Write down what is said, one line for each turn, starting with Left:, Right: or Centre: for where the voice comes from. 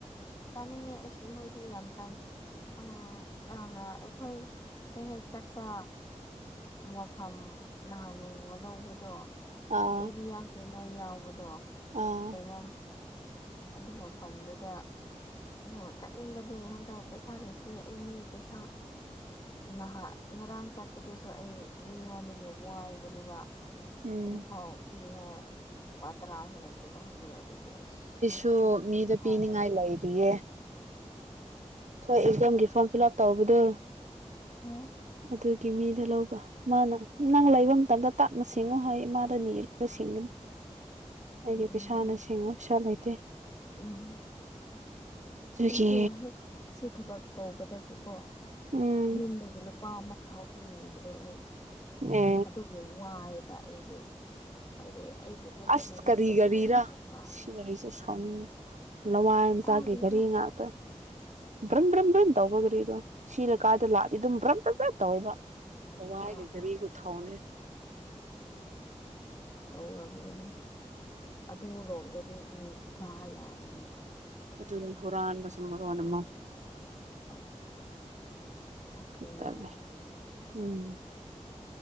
Left: ꯆꯥꯅꯤꯡꯉꯦ ꯑꯁ ꯅꯣꯏꯗꯤ ꯌꯥꯝ ꯑꯗꯨꯃꯥꯏꯅ ꯑꯩꯈꯣꯏ ꯍꯦꯛ ꯍꯦꯛ ꯆꯠꯄ ꯃꯐꯝ ꯅꯍꯥꯟ ꯃꯦꯟꯒꯨꯝꯕ ꯂꯧꯕꯗꯣ
Right: ꯑꯥ
Left: ꯑꯩꯗꯤ ꯌꯥꯎꯗꯣꯏꯅꯣ ꯌꯥꯎꯕꯗꯣ
Right: ꯑꯥ
Left: ꯀꯩꯅꯣꯝ ꯑꯗꯨ ꯃꯐꯝꯗꯨꯗ ꯑꯗꯣ ꯆꯠꯅꯤꯡꯕꯅꯦ ꯍꯟꯗꯛ ꯄꯩꯁꯥ ꯂꯩꯗꯣꯏ ꯑꯩ ꯃꯤ ꯄꯩꯁꯥ ꯅꯍꯥꯛ ꯉꯔꯥꯡ ꯆꯠꯄꯗꯨꯁꯨ ꯑꯩ ꯃꯤꯉꯣꯟꯗꯒꯤ ꯋꯥꯏꯕꯅꯦꯕ
Right: ꯎꯝ
Left: ꯑꯗꯨꯐꯥꯎ ꯄꯤꯉꯥꯏ ꯄ ꯇꯔꯥꯁꯨ ꯂꯩꯇꯦ ꯁꯦ ꯑꯗꯨꯒꯤ ꯑꯁ
Right: ꯁꯨ
Left: ꯍꯟꯗꯛꯇꯤ
Right: ꯃꯤꯗ
Left: ꯈꯥꯡꯉ
Right: ꯄꯤꯅꯤꯡꯉꯥꯏ
Left: ꯂꯩꯕꯅꯤ
Right: ꯂꯩꯔꯤꯌꯦ ꯍꯣꯏ ꯑꯦꯛꯖꯥꯝꯒꯤ ꯐꯣꯔꯝ ꯐꯤꯜ ꯑꯞ ꯇꯧꯕꯗꯨꯣ
Left: ꯍꯣꯏ
Right: ꯑꯗꯨꯒꯤ ꯃꯤꯗ ꯂꯧꯕ ꯃꯥꯅ ꯅꯪ ꯂꯩꯕ ꯃꯇꯝꯗ ꯇꯥꯞꯅ ꯁꯤꯡꯉꯣ ꯍꯥꯏ ꯃꯥꯗ ꯅꯤꯔꯒ ꯁꯤꯡꯒꯅꯤ ꯑꯩꯒꯤ
Left: ꯎꯝ
Right: ꯄꯩꯁꯥꯅ
Left: ꯎꯝ
Right: ꯁꯦꯡꯕ ꯄꯩꯁꯥ ꯂꯩꯇꯦ
Left: ꯎꯝ
Right: ꯑꯗꯨꯒꯤ
Left: ꯑꯩꯁꯨ ꯍꯦꯛ ꯁꯤ ꯊꯕꯛ ꯇꯧꯕꯗꯒꯤꯀꯣ
Right: ꯎꯝ
Left: ꯌꯨꯝꯗꯒꯤ ꯂꯨꯄꯥ ꯑꯃ ꯐꯥꯎꯁꯨꯅꯤꯗ꯭ꯔꯦ ꯦ ꯑꯩ
Right: ꯑꯦ
Left: ꯑꯗꯨꯒꯤ ꯋꯥꯑꯕ ꯑꯩꯗꯤ ꯍꯥꯏꯗꯤ ꯑꯩꯒꯤ ꯈꯛꯇ
Right: ꯑꯁ
Left: ꯃꯦꯅꯦꯖ
Right: ꯀꯔꯤ
Left: ꯇꯧꯕꯅꯤꯅꯀꯣ
Right: ꯀꯔꯤꯔ
Left: ꯋꯥꯏ
Right: ꯁꯤ ꯋꯥꯔꯤꯔꯤ ꯆ ꯁ ꯂꯋꯥꯏ ꯌꯟꯆꯥꯛꯀꯤ
Left: ꯇꯥꯗꯦꯗ
Right: ꯘꯔꯤ ꯉꯥꯛꯇꯦ ꯕ꯭ꯔꯝ ꯕ꯭ꯔꯝ ꯕ꯭ꯔꯝ ꯇꯧꯕꯒꯤꯗꯔꯤꯗꯣ ꯁꯤ ꯂꯩ ꯀꯥꯏꯗ ꯂꯥꯛꯇꯗꯤ ꯑꯗꯨꯝ ꯕ꯭ꯔꯝ ꯕ꯭ꯔꯝ ꯕ꯭ꯔꯝ ꯇꯧꯋꯦꯕ ꯑꯋꯥꯒ
Left: ꯑꯥ ꯑꯥ
Right: ꯔꯤ ꯀꯨ ꯊꯎꯅꯦ
Left: ꯇꯧꯔꯝꯒꯅꯤ ꯑꯗꯨ ꯂꯣꯝꯗ ꯅꯤ ꯌꯥꯃꯤꯅ
Right: ꯑꯗꯨꯆ ꯍꯔꯥꯟ ꯂ ꯁꯨꯝ ꯃꯔꯔꯣ ꯋꯥ ꯅꯃ
Left: ꯑꯗꯨ ꯆꯄꯔꯤ
Right: ꯇꯜꯂꯦ
Left: ꯌꯥꯝꯅ
Right: ꯎꯝ